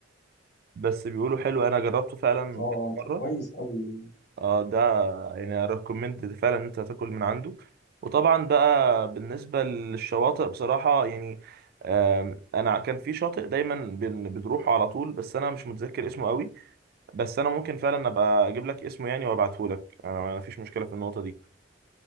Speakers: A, on the right (about 55°); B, on the left (about 60°).
A: بس بيقولوا حلو انا جربته فعلا
B: آه،
A: كذا مره
B: طب كويس أوي
A: اه ده يعني ريكومند فعلا ان انت تاكل من عنده وطبعا بقى بالنسبه للشواطئ بصراحه يعني آم، انا كان في شاطئ دايما بن- بنروحه على طول بس انا مش متذكر اسمه قوي بس انا ممكن فعلا ابقى اجيب لك اسمه يعني وابعته لك انا ما فيش مشكله في النقطه دي